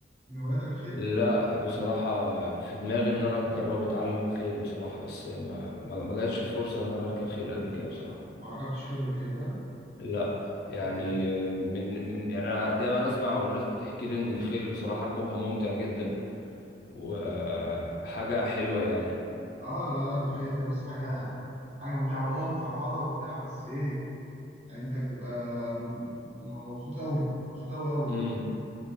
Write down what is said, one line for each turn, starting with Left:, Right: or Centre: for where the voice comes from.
Right: من هواياتك الخيل
Left: لا بصراحه في دماغي ان انا اجرب اتعلم خيل بصراحه بس ما ما ما جاتش الفرصه ان انا اركب خيل قبل كده بصراحه
Right: ما ركبتش خيل قبل كده ها؟
Left: لا يعني
Right: دي-
Left: آه، من من يعني انا دايما اسمع والناس بتحكي لي ان الخيل بصراحه ركوبها ممتع جدا وحاجه حلوه يعني
Right: اه لا لا ده الخيل ده بص حاجه حاجه ممتعه واه مفرهده وبتاع بس ايه يعني انت بتبقى م- مبسوط قوي مبسوط قوي قوي
Left: امم